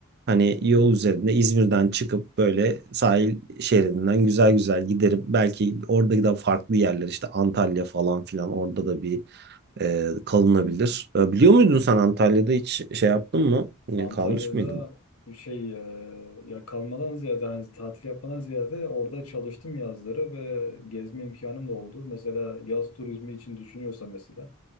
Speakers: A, on the right (about 50°); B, on the left (about 85°).
A: hani
B: Hı
A: yol
B: hı.
A: üzerinde İzmir'den çıkıp böyle sahil şeridinden güzel güzel giderim. Belki orada da farklı yerler işte Antalya falan filan orada da bir e, kalınabilir. E, biliyor muydun sen Antalya'da hiç şey yaptın mı? E,
B: Antalya'da
A: Kalmış mıydın?
B: şey e, ya kalmadan ziyade hani tatil yapmadan ziyade orada çalıştım yazları ve gezme imkanım da oldu. Mesela yaz turizmi için düşünüyorsa mesela